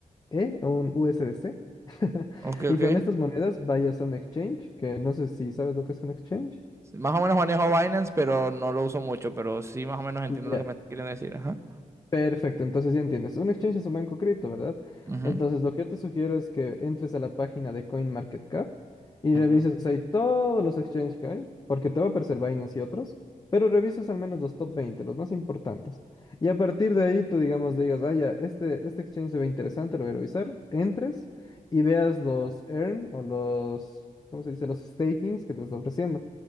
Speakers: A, on the left (about 30°); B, on the right (about 20°).
A: ¿eh? Un U S D C <laughs>
B: Ok,
A: Y
B: ok.
A: con estas monedas vayas a un exchange, que no sé si sabes lo que es un exchange.
B: Más o menos manejo Binance, pero no lo uso mucho. Pero sí, más o menos entiendo
A: Y
B: lo
A: ya,
B: que me quieren decir. Ajá.
A: Perfecto, entonces ya entiendes. Un exchange es un banco cripto, ¿verdad?
B: Ujú,
A: Entonces lo que yo te sugiero es que entres a la página de CoinMarketCap y
B: ujú.
A: revises ahí todos los exchanges que hay, porque te va a aparecer Binance y otros, pero revises al menos los top 20, los más importantes. Y a partir de ahí tú, digamos, digas, ah, ya, este, este exchange se ve interesante, lo voy a revisar. Entres y veas los earn o los, ¿cómo se dice? Los stakings que te está ofreciendo.